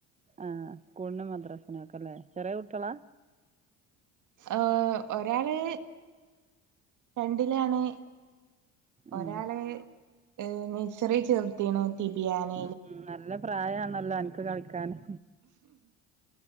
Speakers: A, on the right; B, on the right.
A: ആഹ് സ്കൂളിനും മദ്രാസിനും ഒക്കെ ലേ ചെറിയ കുട്ട്യളാ
B: ആഹ് ഒരാള് രണ്ടിലാണ് ഒരാള്
A: ഉം
B: ഏ നെയ്സറി ചേർത്തീണ് തിപിയാന്ന്
A: ഉം നല്ല പ്രായാണല്ലോ അൻക്ക് കളിക്കാന്